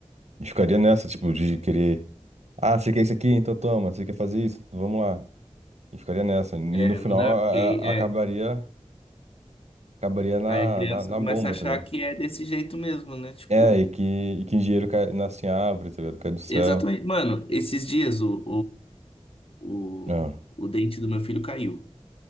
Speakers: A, on the right; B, on the left.
A: E ficaria nessa, tipo, de querer. Ah, você quer isso aqui? Então toma. Você quer fazer isso? Vamos lá. E ficaria nessa. E
B: É,
A: no final
B: não dá,
A: a-
B: porque aí,
A: a-
B: é,
A: acabaria, acabaria na,
B: aí a criança
A: na, na
B: começa
A: bomba,
B: a achar
A: tá ligado?
B: que é desse jeito mesmo, né, tipo...
A: É, e que, e que engenheiro cai, nasce em árvore, tá ligado? Cai do céu.
B: Exatamente. Mano, esses dias o, o,
A: Ah,
B: o, o dente do meu filho caiu.